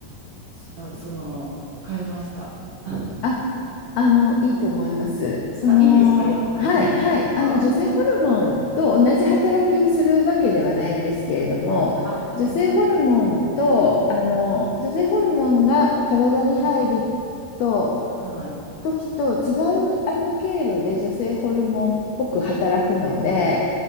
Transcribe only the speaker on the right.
すあれその、変えました。<laughs>
あ、いいですか、やっぱり。
あ、よかった
あ、
あ、
うん、
はい、はい、